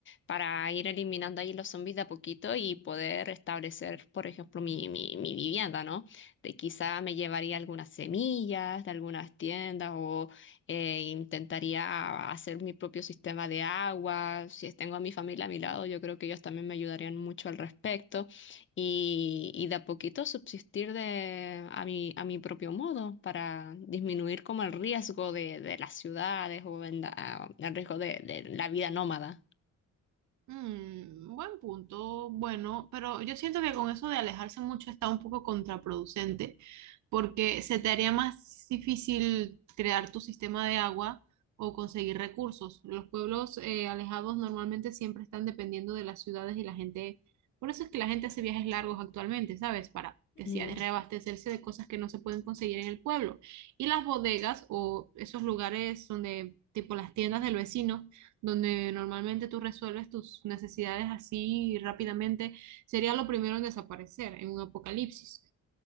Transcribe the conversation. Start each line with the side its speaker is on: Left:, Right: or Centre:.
Left: para ir eliminando ahí los zombies de a poquito y poder establecer, por ejemplo, mi, mi, mi vivienda, ¿no? De quizá me llevaría algunas semillas de algunas tiendas o eh, intentaría hacer mi propio sistema de agua. Si tengo a mi familia a mi lado, yo creo que ellos también me ayudarían mucho al respecto y, y de a poquito subsistir de, a mi, a mi propio modo para disminuir como el riesgo de, de las ciudades o en la- el riesgo de, de la vida nómada.
Right: Mm, buen punto, bueno, pero yo siento que con eso de alejarse mucho está un poco contraproducente. porque se te haría más difícil crear tu sistema de agua o conseguir recursos. Los pueblos eh, alejados normalmente siempre están dependiendo de las ciudades y la gente, por eso es que la gente hace viajes largos actualmente, ¿sabes? Para que
Left: Mm,
Right: sea de reabastecerse de cosas que no se pueden conseguir en el pueblo. Y las bodegas o esos lugares donde, tipo las tiendas del vecino, donde normalmente tú resuelves tus necesidades así rápidamente, sería lo primero en desaparecer en un apocalipsis.